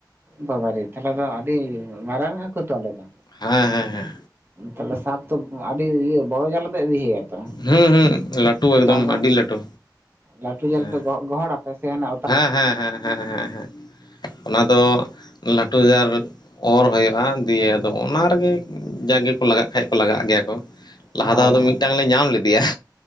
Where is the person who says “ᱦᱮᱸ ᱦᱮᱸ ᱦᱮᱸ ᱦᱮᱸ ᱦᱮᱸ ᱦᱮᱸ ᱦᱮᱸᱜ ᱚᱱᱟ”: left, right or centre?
Left